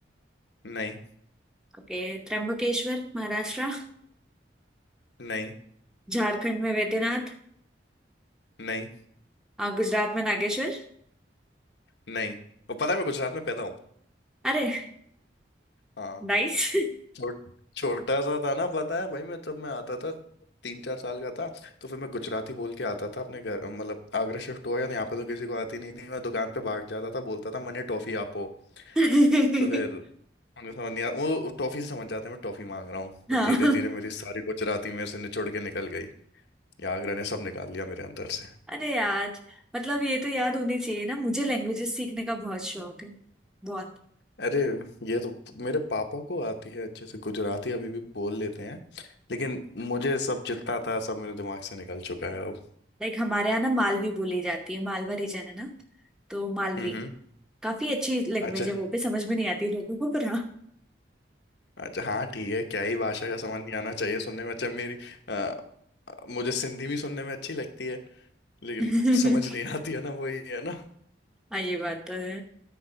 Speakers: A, on the left; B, in the centre.
A: नहीं
B: ओके त्र्यंबकेश्वर महाराष्ट्र
A: नहीं नहीं
B: झारखंड में वैद्यनाथ
A: नहीं
B: आप गुजरात में नागेश्वर
A: नहीं और पता है मैं गुजरात में पैदा हूँ
B: अरे
A: हाँ।
B: नाइस
A: छोट छोटा सा था ना पता है भाई मैं जब मैं आता था तीन चार साल का था तो फिर मैं गुजराती बोल के आता था अपने घर मतलब आगरा शिफ्ट हुआ या यहाँ पे तो किसी को आती नहीं थी मैं दुकान पे भाग जाता था बोलता था मैंने टॉफी आपो
B: <laughs>
A: तो फिर उनको समझ नहीं आ वो टॉफी से समझ जाते हैं मैं टॉफी मांग रहा हूँ
B: हाँ
A: तो धीरे धीरे मेरी सारी गुजराती मेरे से निचोड़ के निकल गई या आगरा ने सब निकाल लिया मेरे अंदर से
B: अरे यार मतलब ये तो याद होनी चाहिए ना मुझे लैंग्वेजेस सीखने का बहुत शौक है बहुत
A: अरे ये तो मेरे पापा को आती है अच्छे से गुजराती अभी भी बोल लेते हैं लेकिन मुझे सब जितना था सब मेरे दिमाग से निकल चुका है अब
B: लाइक हमारे यहाँ ना मालवी बोली जाती है मालवा रीजन है ना तो मालवी
A: हम्म हम्म,
B: काफी अच्छी लैंग्वेज
A: अच्छा
B: है वो भी समझ में नहीं आती लोगों को पर हाँ
A: अच्छा हाँ ठीक है क्या ही भाषा का समझ नहीं आना चाहिए सुनने में अच्छा मेरी अ, मुझे सिंधी भी सुनने में अच्छी लगती है लेकिन
B: <laughs>
A: समझ नहीं आती है ना वही है ना
B: हाँ ये बात तो है